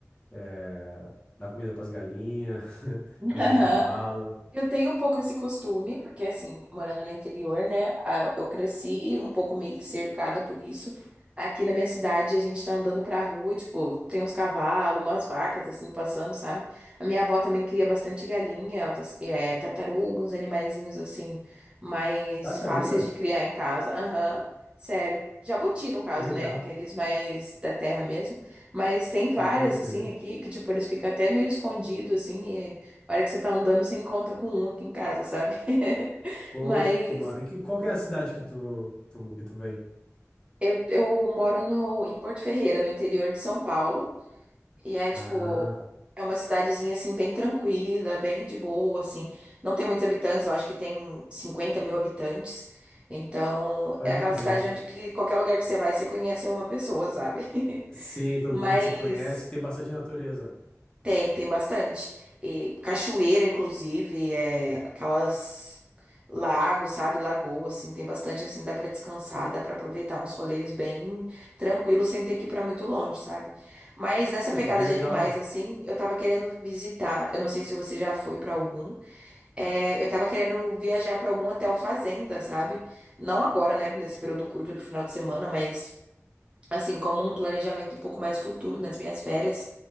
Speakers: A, on the left (about 15°); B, on the right (about 20°).
A: é, dar comida pras galinhas, <laughs>
B: <laughs>
A: andar de cavalo.
B: Eu tenho um pouco esse costume, porque assim, morando no interior, né? a- Eu cresci um pouco meio que cercada por isso. Aqui na minha cidade, a gente tá andando pra rua e, tipo, tem uns cavalos, umas vacas, assim, passando, sabe? A minha avó também cria bastante galinha, ela tá- é, tartaruga, uns animaizinhos, assim, mais
A: Tartaruga?
B: fáceis de criar em casa. Aham, sério. Jabuti, no caso,
A: <laughs> Legal.
B: né? Aqueles mais da terra mesmo. Mas tem várias,
A: Ah, pode crer.
B: assim, aqui, que, tipo, eles ficam até meio escondidos, assim. A hora que você tá andando, você encontra com um aqui em casa, sabe? <laughs>
A: Poxa,
B: Mas
A: que, ma... e que- Qual que é a cidade que tu, que tu, que tu vem?
B: eu, eu moro no, em Porto Ferreira, no interior de São Paulo. E é tipo,
A: Ah.
B: é uma cidadezinha assim, bem tranquila, bem de boa, assim. Não tem muitos habitantes, eu acho que tem cinquenta mil habitantes. Então,
A: Pode
B: é aquela
A: crer.
B: cidade onde que qualquer lugar que você vai, você conhece uma pessoa, sabe? <laughs>
A: Sim, todo
B: Mas.
A: mundo se conhece, tem bastante natureza.
B: Tem, tem bastante. E cachoeira, inclusive, é aquelas lagos, sabe? Lagoa, assim, tem bastante, assim, dá pra descansar, dá pra aproveitar uns rolês bem tranquilos, sem ter que ir pra muito longe, sabe? Mas nessa
A: Poxa,
B: pegada
A: que legal.
B: de animais, assim, eu tava querendo visitar, eu não sei se você já foi pra algum, é, eu tava querendo viajar pra algum hotel fazenda, sabe? Não agora, né, nesse período curto do final de semana, mas assim, como um planejamento um pouco mais futuro nas minhas férias.